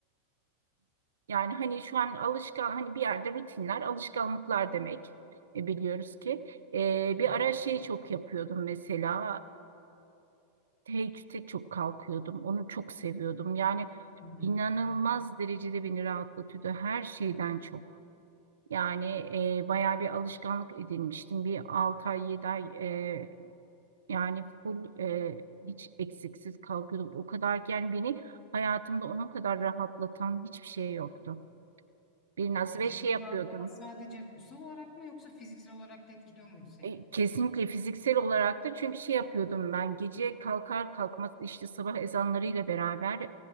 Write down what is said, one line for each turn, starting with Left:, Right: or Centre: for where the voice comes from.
Right: yani hani şu an alışkan hani bir yerde rutinler alışkanlıklar demek E, biliyoruz ki. E,
Left: Hı
Right: bir
Left: hı.
Right: ara şey çok yapıyordum mesela e, teheccüde çok kalkıyordum onu çok seviyordum yani
Left: Hı
Right: inanılmaz derecede beni rahatlatıyordu her şeyden çok. Yani e, bayağı
Left: hı.
Right: bir alışkanlık edinmiştim bir 6 ay 7 ay e, yani full e, hiç eksiksiz kalkıyordum o kadar ki yani beni hayatımda onun kadar rahatlatan hiçbir şey yoktu. Biraz
Left: Peki
Right: ve şey
Left: bu
Right: yapıyordum.
Left: rahatlama sadece ruhsal olarak mı yoksa fiziksel olarak da etkiliyor muydu seni?
Right: E, kesinlikle fiziksel olarak da çünkü şey yapıyordum ben gece kalkar kalkmaz işte sabah ezanlarıyla beraber